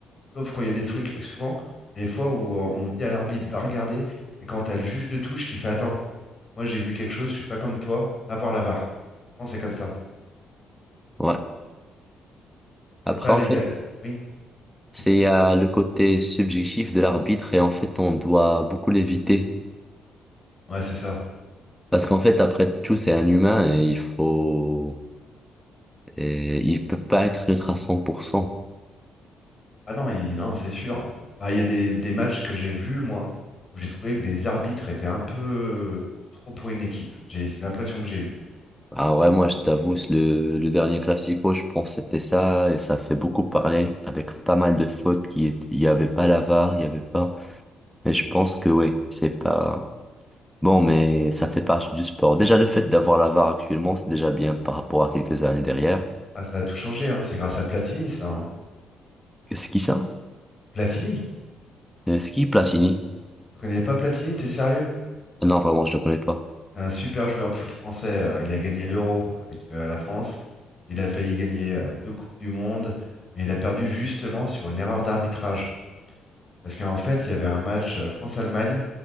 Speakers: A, on the left; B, in the centre.
A: Sauf quand il y a des trucs, souvent, les fois où euh, on dit à l'arbitre va regarder, c'est quand t'as le juge de touche qui fait attends, moi j'ai vu quelque chose, je suis pas comme toi, va voir la VAR. Non, c'est comme ça.
B: ouais. Après,
A: C'est pas les
B: en fait,
A: gars. Oui, j'écoute.
B: c'est il y a le côté subjectif de l'arbitre, et en fait, on doit beaucoup l'éviter.
A: Ouais, c'est ça.
B: Parce qu'en fait, après tout, c'est un humain et il faut, et il peut pas être neutre à cent pour cent
A: Ah non, il- non, c'est sûr. Bah, il y a des, des matchs que j'ai vus, moi, où j'ai trouvé que des arbitres étaient un peu trop pour une équipe. J'ai, c'est l'impression que j'ai eue.
B: Ah ouais, moi, je t'avoue, c'est le, le dernier Classico, je pense que c'était ça et ça fait beaucoup parler avec pas mal de fautes qui étaient- il y avait pas la VAR, il y avait pas. Mais je pense que oui, c'est pas, bon, mais ça fait partie du sport. Déjà, le fait d'avoir la VAR actuellement, c'est déjà bien par rapport à quelques années derrière.
A: Ah, ça a tout changé, hein. C'est grâce à Platini, ça, hein.
B: C'est qui ça?
A: Platini?
B: Euh, C'est qui Platini?
A: Tu connais pas Platini, t'es sérieux?
B: Non, vraiment, je ne le connais pas.
A: C'est un super joueur de foot français. euh, il a gagné l'Euro avec euh, la France. Il a failli gagner euh, deux Coupes du Monde, mais il a perdu justement sur une erreur d'arbitrage. Parce qu'en fait, il y avait un match euh, France-Allemagne